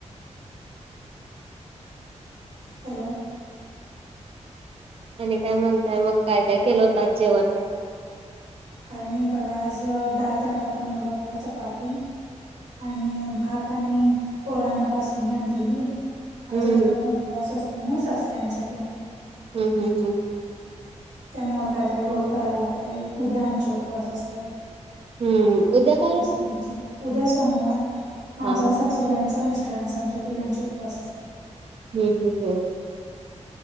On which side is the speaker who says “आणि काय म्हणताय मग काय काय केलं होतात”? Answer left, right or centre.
Right